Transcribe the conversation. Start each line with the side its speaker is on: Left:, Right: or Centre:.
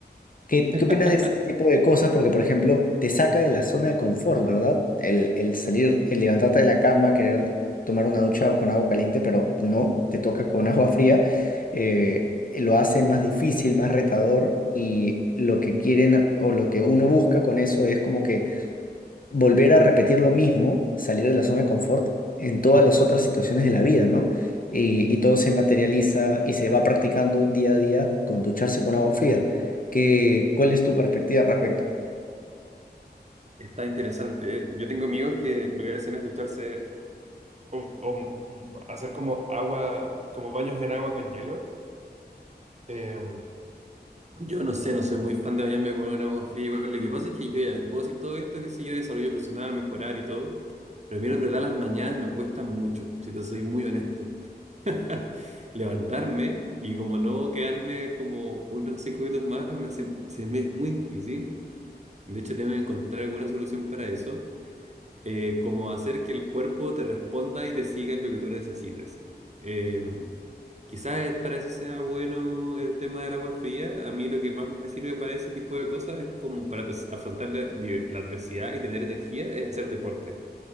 Left: ¿Qué, qué
Right: <laughs>
Left: opinas de ese tipo de cosas? Porque, por ejemplo, te saca de la zona de confort, ¿verdad? El, el salir, el levantarte de la cama, querer tomar una ducha o con agua caliente, pero no, te toca con <laughs> agua fría. eh, lo hace más difícil, más retador y lo que quieren o lo que uno busca con eso es como que volver a repetir lo mismo, salir de la zona de confort en todas las otras situaciones de la vida, ¿no? Y, y todo se materializa y se va practicando día a día con ducharse con agua fría. ¿Qué, cuál es tu perspectiva al respecto?
Right: Está interesante, ¿eh? Yo tengo amigos que lo que hacen es ducharse o, o hacer como agua, como baños en agua con hielo. Eh, yo no sé, no soy muy fan de bañarme con un agua fría. igual. Lo que pasa es que yo ya te puedo decir todo esto, qué sé yo, desarrollo personal, mejorar y todo. Pero a mí, la verdad, las mañanas me cuestan mucho, si te soy muy honesto. <laughs> Levantarme y como no quedarme como unos cinco minutos más, me hace, se me es muy difícil. De hecho, tengo que encontrar alguna solución para eso. eh, como hacer que el cuerpo te responda y te siga en lo que tú necesites. Eh, quizás es- para eso sea bueno el tema del agua fría. A mí lo que más me sirve para ese tipo de cosas es como para pues, afrontar la, di- la adversidad y tener energía, es hacer deporte.